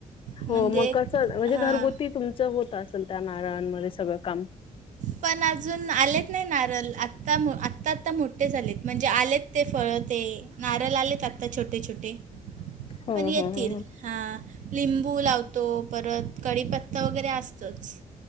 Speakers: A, on the right (about 65°); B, on the left (about 40°).
A: म्हणजे
B: हो मग कसं म्हणजे
A: हां
B: घरगुती तुमचं होत असेल त्या नारळांमध्ये सगळं काम.
A: पण अजून आलेत नाही नारल आता आता आता मोठे झालेत म्हणजे आलेत. ते फळं ते नारळ आले आता छोटे छोटे.
B: हो
A: पण येतील
B: हो हो.
A: हां लिंबू लावतो परत कडीपत्ता वगैरे असतोच.